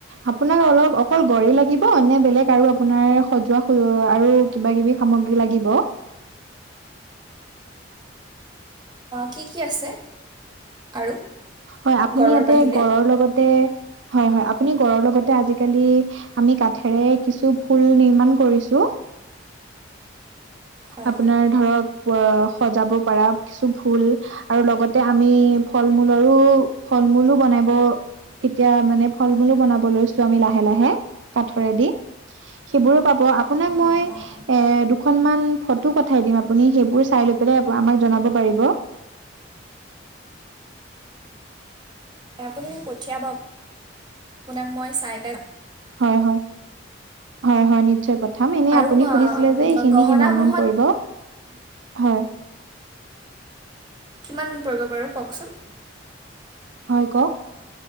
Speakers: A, on the right; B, on the right.
A: আপোনাক অলপ অকল গড় লাগিব নে বেলেগ আৰু আপোনাৰ সজোৱা আৰু কিবা কিবি সামগ্ৰী লাগিব?
B: কি কি আছে? আৰু
A: হয় আপুনি
B: গড়ৰ
A: ইয়াতে
B: বাহিৰে
A: গড়ৰ লগতে হয়, হয় আপুনি গড়ৰ লগতে আজিকালি আমি কাঠেৰে কিছু ফুল নিৰ্মাণ কৰিছো।
B: হয়
A: আপোনাৰ
B: হয়
A: ধৰক সজাব পৰা কিছু ভুল আৰু লগতে আমি ফল মূল আৰু ফল মূলো বনাব এতিয়া মানে ফল মূলো বনাব লৈছো আমি লাহে লাহে কাঠৰেদি। সেইবোৰো পাব আপোনাক মই
B: অঁ
A: এ
B: অঁ
A: দুখনমান ফটো পঠাই দিম আপুনি সেইবোৰ চাই ল পাই আমাক জনাব পাৰিব।
B: আপুনিক পঠিয়াব। আপোনাক মই চাই
A: হয় হয় হয় হয় নিশ্চয় প পঠাম এনে
B: আৰু
A: আপুনি সুধিছিলে যে এইখিনি
B: গহনাসমূহত
A: কিমান মান পৰিব হয়। <inaudible>
B: কিমানমান পৰিব বাৰু কওকচোন?
A: হয় কওক